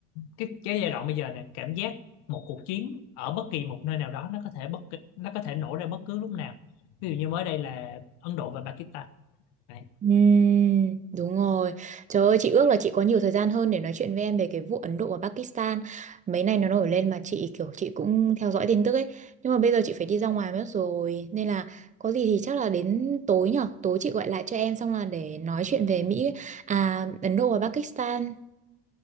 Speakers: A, on the left; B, on the right.
A: cái cái giai đoạn bây giờ này cảm giác một cuộc chiến ở bất kỳ một nơi nào đó nó có thể bất kỳ- nó có thể nổ ra bất cứ lúc nào. Ví dụ như mới đây là Ấn Độ và Pakistan. Đấy.
B: Ừm, đúng rồi. Trời ơi, chị ước là chị có nhiều thời gian hơn để nói chuyện với em về cái vụ Ấn Độ và Pakistan. Mấy nay nó nổi lên mà chị kiểu chị cũng theo dõi tin tức ấy. Nhưng mà bây giờ chị phải đi ra ngoài mất rồi. Nên là có gì thì chắc là đến tối nhở. Tối chị gọi lại cho em xong là để nói chuyện về Mỹ, à Ấn Độ và Pakistan.